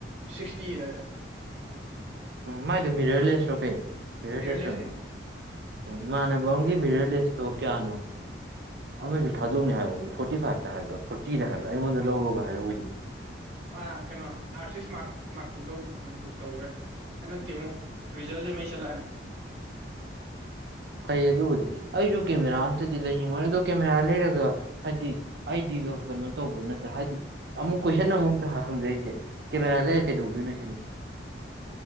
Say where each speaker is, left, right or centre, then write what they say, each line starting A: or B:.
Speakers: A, on the right (about 35°); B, on the right (about 55°).
A: ꯁꯤꯛꯁꯇꯤ ꯑꯗꯥꯏꯗ
B: ꯎꯝ ꯃꯥꯏꯗꯣ ꯃꯤꯔꯔꯂꯦꯁꯔꯣ ꯀꯩꯅꯣ ꯃꯤꯔꯂꯦꯁ
A: ꯃꯤꯔꯔꯂꯦꯁꯅꯦ
B: ꯑꯣꯢꯔꯝꯒꯅꯤ ꯑꯣ ꯏꯃꯥꯟꯅꯕꯝꯒꯤ ꯃꯤꯔꯂꯦꯁꯇꯣ ꯀꯌꯥꯅꯣ ꯑꯃꯁꯨ ꯊꯥꯗꯣꯛꯅꯤ ꯍꯥꯏꯍꯧꯕꯅꯤ ꯐꯣꯔꯇꯤ ꯐꯥꯏꯚꯇ ꯍꯥꯏꯕ꯭ꯔꯥ ꯐꯣꯔꯇꯤꯗ ꯍꯥꯏꯕ꯭ꯔꯥ ꯑꯩꯉꯣꯟꯗ ꯂꯧꯔꯣꯒ ꯍꯥꯏꯍꯧꯕꯅꯤ
A: ꯑ ꯀꯩꯅꯣ ꯑꯥꯔ ꯁꯤꯛꯁ ꯃꯥꯛ ꯃꯥꯛꯇꯨ ꯂꯩ ꯃ ꯕꯨꯛ ꯇꯧꯒ꯭ꯔꯦ ꯍꯟꯗꯛꯇꯤ ꯑꯃꯨꯛ ꯔꯤꯖꯜꯁꯦ ꯃꯩ ꯆꯠꯂꯛꯑꯅꯤ
B: ꯐꯩ ꯑꯗꯨꯕꯨꯗꯤ ꯑꯩꯁꯨ ꯀꯦꯃꯦꯔꯥ ꯑꯝꯇꯗꯤ ꯂꯩꯅꯤꯡꯕꯅꯤ ꯑꯗꯣ ꯀꯦꯃꯦꯔꯥ ꯂꯩꯔꯒ ꯍꯥꯏꯗꯤ ꯑꯩꯗꯤꯒ ꯀꯩꯅꯣ ꯇꯧꯕ ꯅꯠꯇ ꯍꯥꯏꯗꯤ ꯑꯃꯨꯛ ꯀꯣꯏꯁꯟ ꯑꯃꯨꯛꯇ ꯍꯪ ꯍꯪꯖꯩꯁꯦ ꯀꯦꯃꯦꯔꯥ ꯂꯩꯔ ꯀꯩꯗꯧꯗꯣꯏꯅꯣ ꯁꯤꯅꯤ